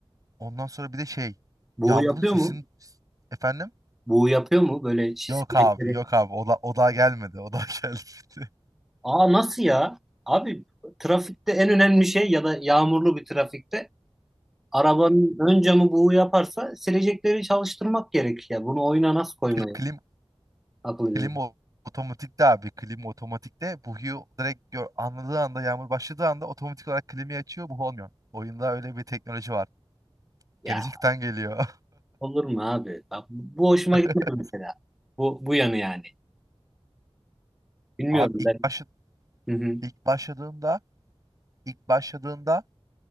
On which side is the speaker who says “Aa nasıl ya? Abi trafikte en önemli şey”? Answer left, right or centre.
Centre